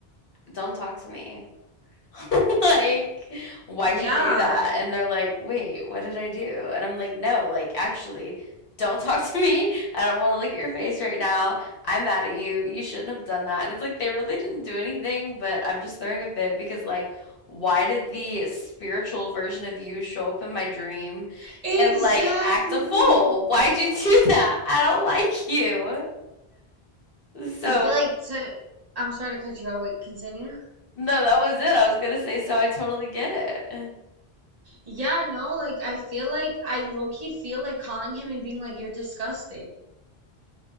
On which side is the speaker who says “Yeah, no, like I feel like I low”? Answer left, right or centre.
Right